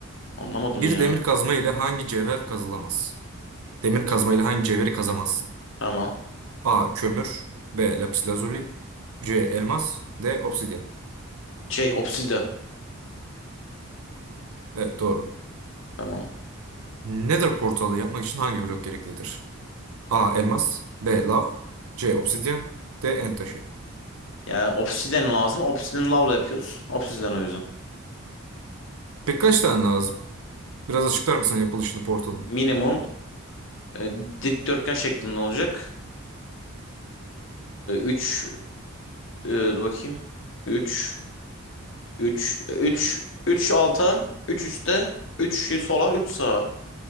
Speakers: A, on the left; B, on the right.
A: Anlamadım
B: Bir
A: ya.
B: demir kazma ile hangi cevher kazılamaz? Demir kazma ile hangi cevheri kazamazsın?
A: Tamam.
B: A. Kömür. B. Lapis lazuli. C. Elmas. D. Obsidyen.
A: Şey obsidian.
B: Evet doğru.
A: Tamam.
B: Nether portalı yapmak için hangi blok gereklidir? A. Elmas. B. Lav. C. Obsidyen. D. End taşı.
A: Yani obsidian lazım. Obsidian lavla yapıyoruz. Obsidian o yüzden.
B: Peki kaç tane lazım? Biraz açıklar mısın yapılışını portalın?
A: Minimum e, dikdörtgen şeklinde olacak. 3 dur bakayım. 3 3 3 3 alta, 3 üstte, üç sola, üç sağa.